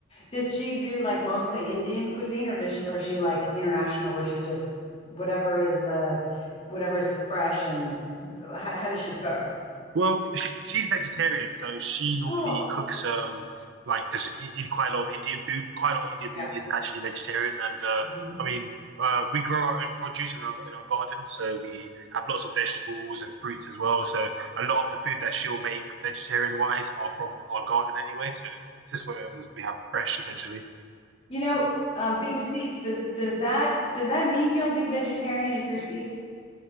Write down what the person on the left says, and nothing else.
Does she do like mostly Indian cuisine or does she, or is she like international where she just whatever is the whatever's fresh and how, how does she cook?
Oh,
yeah.
Mhm.
You know, um, being Sikh, does does that does that mean you'll be vegetarian if you're Sikh?